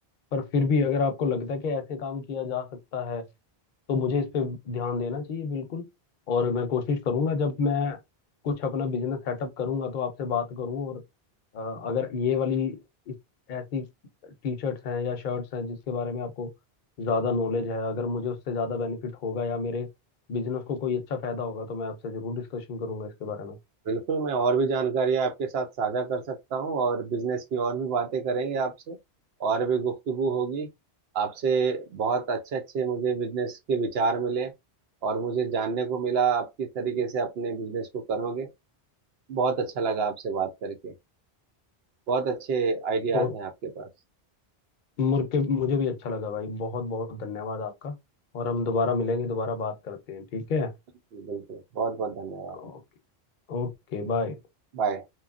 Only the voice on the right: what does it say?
बिल्कुल मैं और भी जानकारी आपके साथ साझा कर सकता हूँ और बिजनेस की और भी बातें करेंगे आपसे और भी गुफ्तगू होगी आपसे बहुत अच्छे अच्छे मुझे बिजनेस के विचार मिले और मुझे जानने को मिला आप किस तरीके से अपने बिजनेस को करोगे बहुत अच्छा लगा आपसे बात करके बहुत अच्छे आइडियाज
हैं आपके पास
बिल्कुल बिल्कुल बहुत बहुत धन्यवाद
बाय